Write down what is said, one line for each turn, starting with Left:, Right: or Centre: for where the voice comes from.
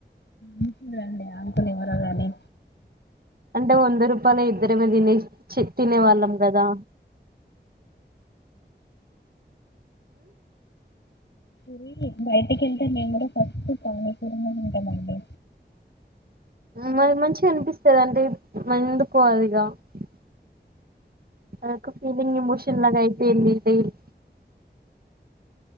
Left: మంచోడండి ఆ అంకుల్ ఎవరో గని
Right: అంటే వంద రూపాలై ఇద్దరమే తినే చి తినేవాళ్ళం కదా.
Left: రి బయటికి వెళ్తే మేము కూడా ఫస్ట్ పానీపూరినే తింటమండి.
Right: మ మంచిగ అనిపిస్తుది అంటే మైండు <unintelligible> అదొక ఫీలింగ్ ఎమోషన్ లాగా అయిపోయింది డైలీ.